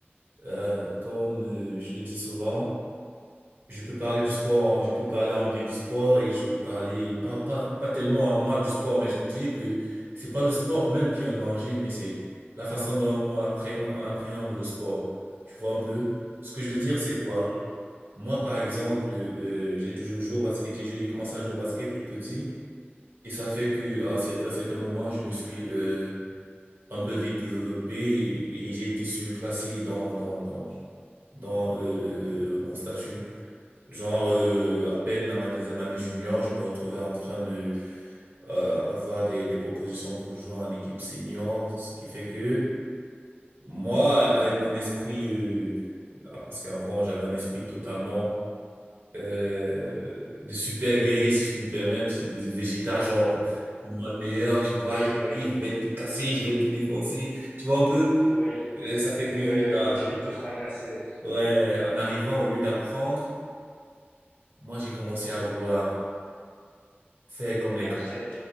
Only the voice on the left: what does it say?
Mhm.
Oui,
oui,
oui,
oui, oui,
je vais te fracasser,
montrer.